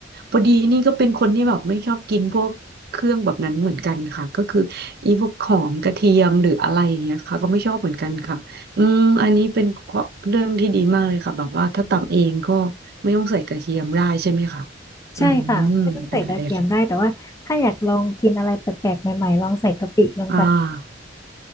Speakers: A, on the right (about 55°); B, on the left (about 15°).
A: พอดีนี่ก็เป็นคนที่แบบไม่ชอบกินพวกเครื่องแบบนั้นเหมือนกันค่ะก็คืออีพวกหอมกระเทียมหรืออะไรอย่างเงี้ยค่ะก็ไม่ชอบเหมือนกันค่ะอืมอันนี้เป็นข้อเรื่องที่ดีมากเลยค่ะแบบว่าถ้าตำเองก็ไม่ต้องใส่กระเทียมได้ใช่ไหมคะอืม
B: ใช่ค่ะไม่ต้องใส่กระเทียมได้แต่ว่าถ้าอยากลองกินอะไรแปลกๆใหม่ๆลองใส่กะปิลงไป
A: ได้เลยค่ะอ่า